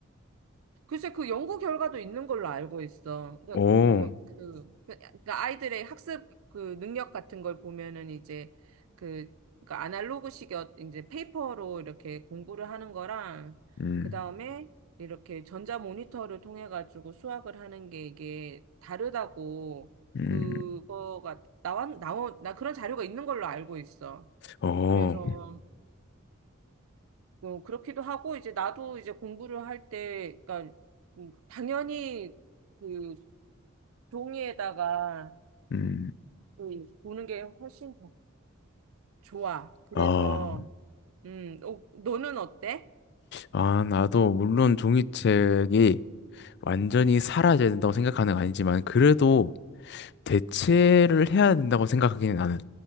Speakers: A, on the right; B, on the left.
A: 글쎄, 그 연구 결과도 있는 걸로 알고 있어. 그러니까
B: 오,
A: 뭐, 그, 그 그러니까 아이들의 학습 그 능력 같은 걸 보면은 이제 그, 그러니까 아날로그식 어- 이제 페이퍼로 이렇게 공부를 하는 거랑,
B: 음,
A: 그 다음에 이렇게 전자 모니터를 통해 가지고 수학을 하는 게 이게 다르다고,
B: 음,
A: 그거가 나왔, 나온, 나 그런 자료가 있는 걸로 알고 있어.
B: 어.
A: 그래서, 어, 그렇기도 하고, 이제 나도 이제 공부를 할 때, 그러니까, 음, 당연히 그 종이에다가
B: 음,
A: 그 보는 게 훨씬 더 좋아. 그래서,
B: 아,
A: 음, 어, 너는 어때?
B: 아, 나도 물론 종이책이 완전히 사라져야 된다고 생각하는 건 아니지만 그래도 대체를 해야 된다고 생각하기는 나는